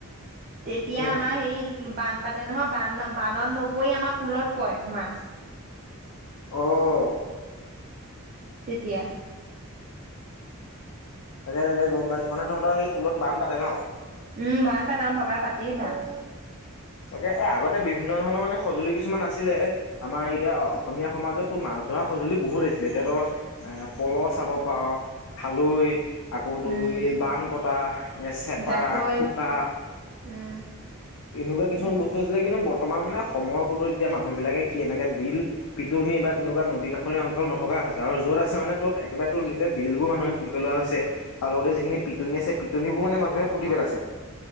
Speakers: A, on the right; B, on the left.
A: তেতিয়া
B: উম
A: আমাৰ হেই বানপাতে নহয় বান বানত নপৰি আমাৰ পুলত পৰে মাছ
B: অহ
A: তেতিয়া
B: তাকে তাকে গম পাইছো মানে তহঁতৰ সেই পুলত বান পাতে ন
A: উম বান পাতে আমাৰ পাপাই পাতেই বান।
B: তাকে এ আগতে বিভিন্ন ধৰণৰ মানে সঁজুলি কিছুমান আছিলে আমাৰ এতিয়া অসমীয়া সমাজতো মা- ধৰা সঁজুলি বহুত আছিলে এতিয়া তৰ এ পল চাব পাৰ খালৈ আকৌতো
A: উম
B: এই বানপতা এই চেপা
A: জাকৈ
B: খোকা
A: উম
B: এনেকুৱা কিছুমান
A: এইবোৰ
B: বস্তু আছিলে কিন্তু বত- বৰ্তমান মানে সময়ৰ সুতো এতিয়া মানুহ বিলাকে কি এনেকে বিল পিটনি বা তেনেকুৱা নদী কাষ- অঞ্চল নথকা হৈছে আৰু যত আছে মানে ত একেবাৰে ত এতিয়া বিল বোৰ মানুহে পুতি পেলোৱা হৈছে আৰু লগতে যিখিনি পিটনি আছে পিটনিবোৰ মানে মানুহে পুতিপেলাইছে